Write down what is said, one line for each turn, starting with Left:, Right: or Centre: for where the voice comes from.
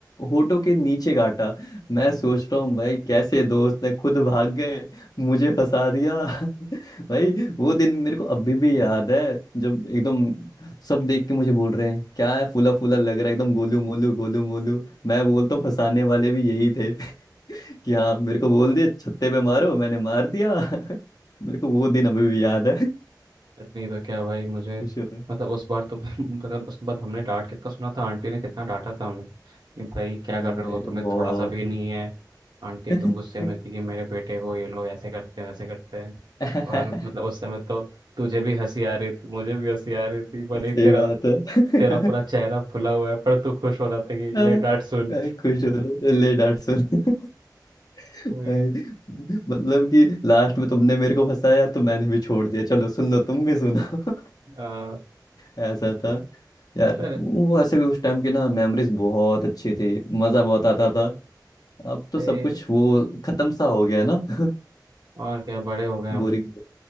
Left: होठों के नीचे काटा मैं सोच रहा हूँ भाई कैसे दोस्त ने खुद भाग गए मुझे फंसा दिया <laughs> भाई वो दिन मेरे को अभी भी याद है जब एकदम सब देख के मुझे बोल रहे हैं क्या है फूला फूला लग रहा है एकदम गोलू मोलू गोलू मोलू मैं बोलता हूँ फंसाने वाले भी यही थे <laughs> कि हाँ मेरे को बोल दिया छत्ते पे मारो मैंने मार दिया <laughs> मेरे को वो दिन अभी भी याद है <laughs>
Right: बट नहीं तो क्या भाई मुझे
Left: कुछ और।
Right: मतलब उस बार तो फिर <laughs> मतलब उसके बाद हमने डांट कितना सुना था आंटी ने कितना डांटा था हमें कि भाई क्या कर
Left: अरे
Right: रहे हो तुम्हें
Left: बहुत
Right: थोड़ा सा भी नहीं है आंटी
Left: <laughs>
Right: एकदम गुस्से में थी कि मेरे बेटे को ये लोग ऐसे करते हैं वैसे करते हैं
Left: सही
Right: और मतलब उस समय तो तुझे भी हंसी आ रही थी मुझे भी हंसी आ रही थी भले ही
Left: बात
Right: तेरा
Left: है
Right: तेरा पूरा चेहरा फुला हुआ है पर तू खुश हो रहा था कि
Left: हाँ,
Right: ले डांट सुन
Left: मैं खुश हो रहा हूँ ले डांट सुन भाई
Right: वही,
Left: मतलब कि लास्ट में तुमने मेरे को फंसाया तो मैंने भी छोड़ दिया चलो सुन लो तुम भी सुनो <laughs>
Right: आ,
Left: ऐसा था यार
Right: पर
Left: वो ऐसे भी उस टाइम की ना मेमोरीज बहुत अच्छी थी मजा बहुत आता था अब तो
Right: ये
Left: सब कुछ वो खत्म सा हो गया ना <laughs>
Right: और क्या बड़े हो गए हम
Left: बोरिंग